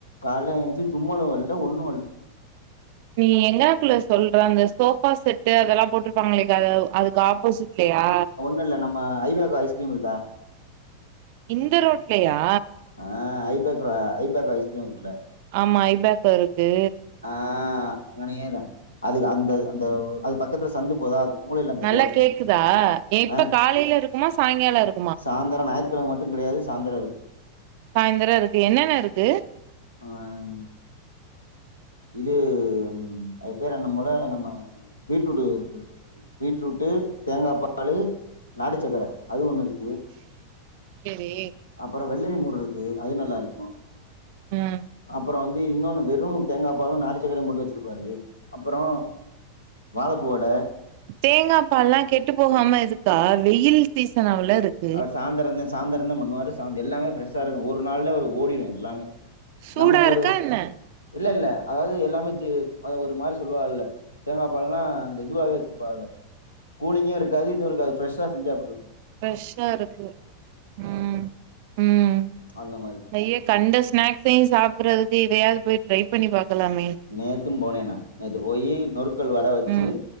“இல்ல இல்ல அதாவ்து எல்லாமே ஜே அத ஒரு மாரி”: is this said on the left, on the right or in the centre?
Left